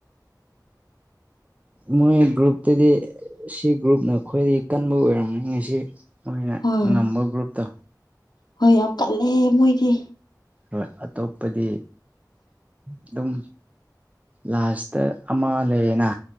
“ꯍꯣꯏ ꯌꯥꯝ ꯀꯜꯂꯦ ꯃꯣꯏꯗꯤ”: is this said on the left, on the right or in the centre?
Left